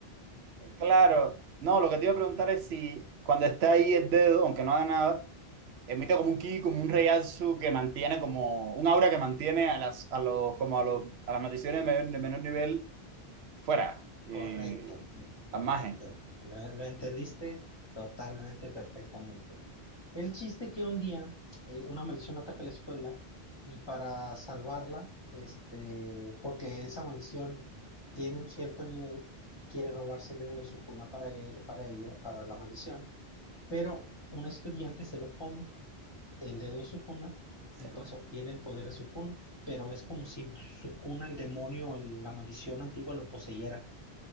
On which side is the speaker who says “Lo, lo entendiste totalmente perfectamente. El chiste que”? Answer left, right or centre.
Left